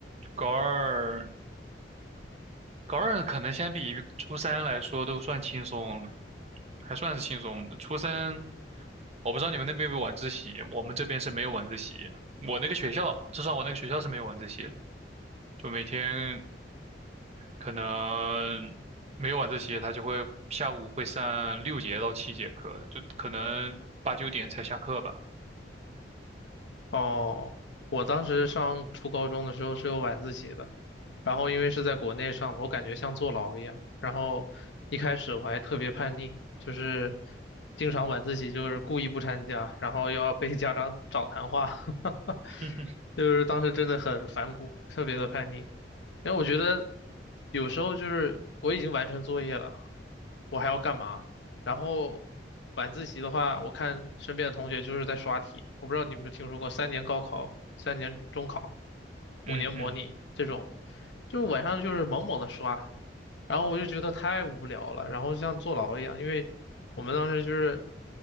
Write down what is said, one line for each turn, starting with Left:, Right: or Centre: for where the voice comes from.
Right: 高二。高二可能相比于初三来说都算轻松了，还算是轻松的。初三，我不知道你们那边有没有晚自习，我们这边是没有晚自习。我那个学校，至少我那个学校是没有晚自习的，就每天可能没有晚自习，他就会下午会上六节到七节课，就可能八九点才下课吧。
Left: 哦，我当时上初高中的时候是有晚自习的，然后因为是在国内上的，我感觉像坐牢一样。然后一开始我还特别叛逆，就是经常晚自习就是故意不参加，然后要被家长找谈话。<laughs>
Right: <laughs>
Left: 就是当时真的很反骨，特别的叛逆。因为我觉得有时候就是我已经完成作业了，我还要干嘛？然后晚自习的话，我看身边的同学就是在刷题。我不知道你有没有听说过三年高考、三年中考、五年模拟这种，
Right: 嗯嗯。
Left: 就是晚上就是猛猛的刷，然后我就觉得太无聊了，然后像坐牢一样。因为我们当时就是